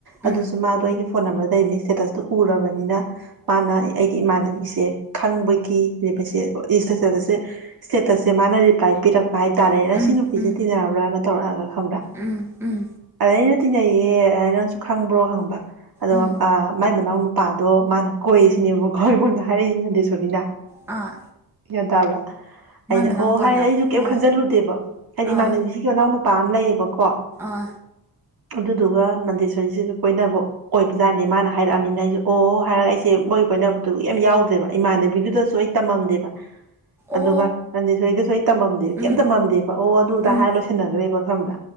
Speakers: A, on the right; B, in the centre.
A: ꯑꯗꯨꯁꯨ
B: ꯎꯝ
A: ꯃꯥꯗꯣ ꯑꯩꯒꯤ ꯐꯣꯟ ꯅꯝꯕꯔꯗ ꯂꯩꯕꯅꯤ ꯏꯁꯇꯦꯇꯁꯇꯨ ꯎꯔꯕꯅꯤꯅ ꯄꯥꯥꯟ ꯅ ꯑꯩꯒꯤ ꯏꯃꯥꯟꯅꯕꯤꯁꯦ ꯈꯪꯕꯒꯤ ꯔꯤꯄꯦꯟꯁꯦ ꯑꯣ ꯁ꯭ꯇꯦꯊꯁꯁꯦ ꯁ꯭ꯇꯦꯇꯁꯁꯦ ꯃꯥꯅ ꯔꯤꯄ꯭ꯂꯥꯏ ꯄꯤꯔꯛ ꯄ ꯍꯥꯏꯇꯥꯔꯦ ꯅꯁꯤ
B: ꯎꯝ
A: ꯅꯨꯄꯤꯁꯤ
B: ꯎꯝ
A: ꯇꯤꯟꯅꯔꯕ꯭ꯔꯥꯅ ꯇꯧꯔꯛꯑꯒ ꯈꯪꯕ꯭ꯔꯥ
B: ꯎꯝ ꯎꯝ
A: ꯑꯗꯩꯩ ꯑꯩꯅ ꯇꯤꯟꯅꯩꯌꯦ ꯅ ꯅꯪꯁꯨ ꯈꯪꯕ꯭ꯔꯣ ꯍꯪꯕ ꯑꯗꯨꯒ
B: ꯎꯝ
A: ꯑ ꯃꯥꯏ ꯃꯅꯥꯎ ꯅꯨ ꯄꯥꯗꯣ ꯃꯥꯅ ꯀꯣꯏꯁꯤꯅꯦꯕꯀꯣ ꯑꯩꯉꯣꯟꯗ ꯍꯥꯏꯔꯛꯏꯁꯤ ꯅꯗꯤꯦ ꯁꯣꯔꯤꯅꯥ
B: ꯑ
A: ꯌꯦ ꯇꯕ꯭ꯔ ꯑꯩꯅ
B: ꯃꯅꯥꯎꯄꯥꯅ
A: ꯑꯣ ꯍꯥꯏꯗꯤ ꯑꯩꯁꯨ ꯀꯩꯝ
B: ꯑꯣ
A: ꯈꯟꯖꯤꯜꯂꯨꯗꯦꯕ ꯍꯥꯏꯗꯤ ꯏꯃꯥꯟꯅꯕꯤꯁꯤꯒꯤ
B: ꯑꯥ
A: ꯃꯅꯥꯎ ꯅꯨꯄꯥ ꯑꯃ ꯂꯩꯌꯦꯕꯀꯣ
B: ꯋꯥ
A: ꯑꯗꯨꯗꯨꯒ ꯃꯟꯗꯦꯁꯣꯔꯤꯁꯤꯒ ꯀꯣꯏꯅꯕ ꯑꯣꯏꯕ ꯖꯥꯠꯅꯦ ꯃꯥꯅ ꯍꯥꯏꯔꯛꯑꯅꯤꯅ ꯑꯩꯁꯁꯨ ꯑꯣ ꯍꯥꯏꯔꯒ ꯑꯩꯁꯦ ꯑꯩꯣꯏ ꯀꯣꯏꯅꯕꯗꯨ ꯌꯥꯝ ꯌꯥꯎꯗ꯭ꯔꯦꯕ ꯏꯃꯥꯟꯅꯕꯤꯗꯨꯗꯁꯨ ꯑꯩ ꯇꯝꯃꯝꯗꯦꯕ ꯑꯗꯨꯒ
B: ꯑꯣ
A: ꯅꯟꯗꯤ ꯁꯣꯏꯗꯁꯨ ꯑꯩ ꯇꯝꯃꯝꯗꯦꯕ ꯀꯩꯝ
B: ꯎꯝ
A: ꯇꯝꯃꯝꯗꯦꯕ ꯑꯣ ꯑꯗꯨꯗ
B: ꯎꯝ
A: ꯍꯥꯏꯔ ꯂꯣꯏꯁꯟꯅꯈ꯭ꯔꯦꯕ ꯈꯪꯕ꯭ꯔꯥ